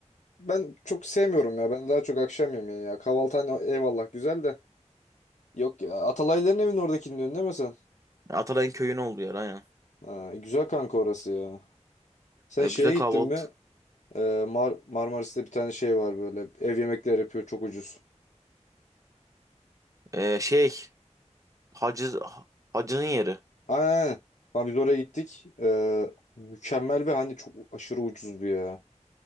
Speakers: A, on the left; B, on the right.
A: ben çok sevmiyorum ya. Ben daha çok akşam yemeği ya. Kahvaltı hani eyvallah güzel de. Yok ya Atalayların evinin oradakini diyorsun değil mi sen?
B: Atalay'ın köyün olduğu yer aynen.
A: Ha, güzel kanka orası ya. Sen
B: Ee,
A: şeye
B: güzel kahvaltı.
A: gittin mi? Ee, Mar Marmaris'te bir tane şey var böyle. Ev yemekleri yapıyor çok ucuz.
B: Ee, şey, hacı, hacının yeri.
A: Aynen. aynen. Lan biz oraya gittik. Ee, mükemmel ve hani çok aşırı ucuzdu ya.